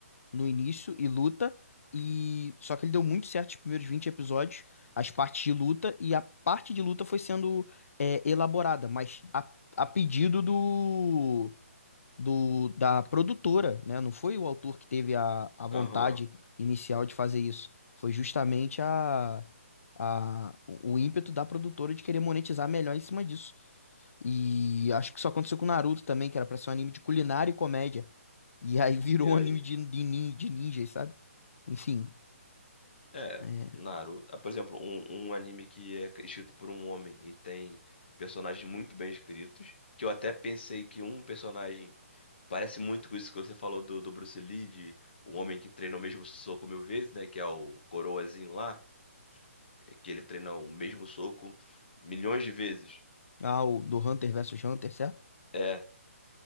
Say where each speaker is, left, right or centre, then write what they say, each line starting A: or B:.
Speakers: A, on the left (about 70°); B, on the left (about 45°).
A: no início e luta, e só que ele deu muito certo os primeiros 20 episódios, as partes de luta, e a parte de luta foi sendo é, elaborada, mas a, a pedido do, do, da produtora, né? Não foi o autor que teve a, a vontade
B: aham.
A: inicial de fazer isso. Foi justamente a, a, o ímpeto da produtora de querer monetizar melhor em cima disso. E acho que isso aconteceu com Naruto também, que era pra ser um anime de culinária e comédia. E <laughs> aí virou
B: E
A: um
B: aí?
A: anime de, de, nin- de ninjas, sabe? Enfim.
B: É,
A: é.
B: Naruto. Ah, Por exemplo, um, um anime que é escrito por um homem e tem personagens muito bem escritos, que eu até pensei que um personagem Parece muito com isso que você falou do, do Bruce Lee, de o homem que treina o mesmo soco mil vezes, né? Que é o Coroazinho lá, é que ele treina o mesmo soco milhões de vezes.
A: Ah, o do Hunter versus Hunter, certo?
B: É,